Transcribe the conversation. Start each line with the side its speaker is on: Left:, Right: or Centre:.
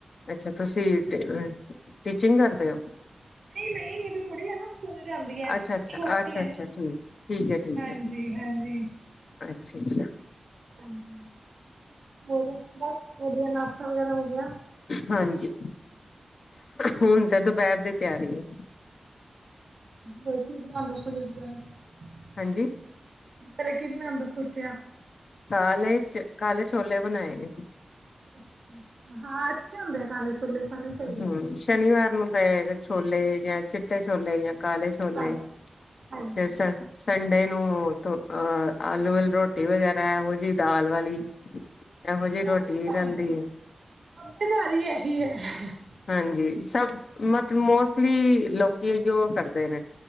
Left: ਅੱਛਾ ਤੁਸੀਂ ਟੀਚਿੰਗ ਕਰਦੇ ਹੋ
Right: ਨਹੀਂ ਨਹੀਂ ਮੇਰੀ ਕੁੜੀ ਹੈ ਨਾ ਸਕੂਲ ਜਾਂਦੀ ਹੈ
Left: ਅੱਛਾ ਅੱਛਾ
Right: ਛੋਟੀ
Left: ਅੱਛਾ
Right: ਹੈ
Left: ਅੱਛਾ
Right: ਨਾ
Left: ਠੀਕ ਠੀਕ ਹੈ ਠੀਕ
Right: ਹਾਂਜੀ
Left: ਹੈ
Right: ਹਾਂਜੀ
Left: ਅੱਛਾ ਅੱਛਾ
Right: ਹਾਂਜੀ ਹੋਰ ਬ ਵਧੀਆ ਨਾ ਾ <unintelligible> ਵਗੈਰਾ ਹੋ ਗਿਆ
Left: ਹਾਂਜੀ ਹੁਣ ਤਾਂ ਦ <unintelligible> ਦੁਪਹਿਰ ਦੀ ਤਿਆਰੀ ਹੈ
Right: ਹ ਹ ਚੀ ਆਦਰਜੇ ਵਾਰੇ <unintelligible>
Left: ਹਾਂਜੀ
Right: ਪਰ <unintelligible> ਕੀ ਬਣਾਦਾ ਸੋਚਿਆ
Left: ਕਾਲੇ ਚ ਕਾਲੇ ਛੋਲੇ ਬਣਾਏ ਨੇ
Right: ਅੱਛਾ ਹਾਂ ਅੱਛੇ ਹੁੰਦੇ ਆ ਕਾਲੇ ਛੋਲੇ ਖਾਣੇ ਚਾਹੀਦੇ
Left: ਹਮ
Right: ਆ
Left: ਸ਼ਨੀਵਾਰ ਨੂੰ <unintelligible> ਛੋਲੇ ਜਾਂ ਚਿੱਟੇ ਛੋਲੇ ਜਾਂ ਕਾਲ ਛੋਲੇ
Right: ਕਾਲੇ ਹਾਂਜੀ।
Left: ਤੇ ਸੰ ਸੰਡੇ ਨੂੰ ਧੁ ਅਹ ਆਲੂ ਰੋਟੀ ਵਗੈਰਾ ਇਹੋ ਜਿਹੀ ਦਾਲ ਵਾਲੀ ਇਹੋ ਜਿਹੀ ਰੋਟੀ
Right: ਸ
Left: ਰਹਿੰਦੀ
Right: ਹੀ
Left: ਹੈ
Right: <unintelligible> ਇਹੀ ਹੈ ਹ <unintelligible>
Left: ਹਾਂਜੀ ਸਭ ਮਤਲਬ ਮੋਸਟਲੀ ਲੋਕੀ ਅਹਿਯੋ ਉਹ ਕਰਦੇ ਨੇ